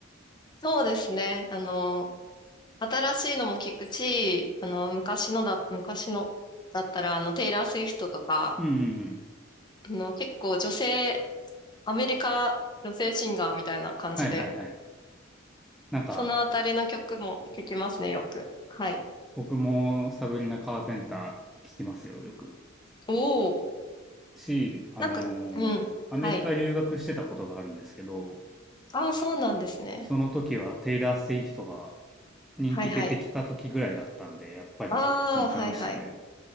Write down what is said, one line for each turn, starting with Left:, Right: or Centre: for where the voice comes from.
Left: そうですね。あの、新しいのも聞くし、あの、昔のだ、昔のだったら、あの、テイラー・スウィフトとか、
Centre: うんうんうん。
Left: あの、結構女性、アメリカ女性シンガーみたいな感じで、
Centre: はいはいはい。なんか、
Left: そのあたりの曲も聞きますね、よく。はい。
Centre: 僕もサブリナ・カーペンター聞きますよ、よく。
Left: おお、
Centre: し、あのーアメリカ留学してたことがあるんですけど、
Left: なんか、うん、はい。ああ、そうなんですね。
Centre: その時はテイラー・スウィフトが人気出てきた時ぐらいだったんで、
Left: はいはい。
Centre: やっぱりよく聞いてましたね。
Left: ああ、はいはい。